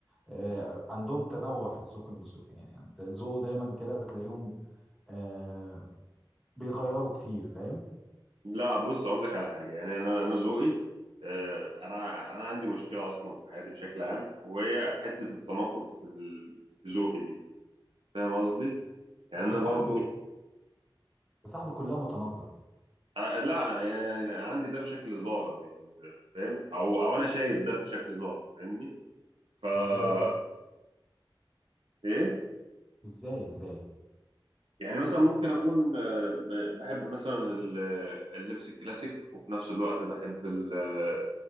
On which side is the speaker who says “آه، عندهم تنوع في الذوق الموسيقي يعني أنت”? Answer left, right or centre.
Centre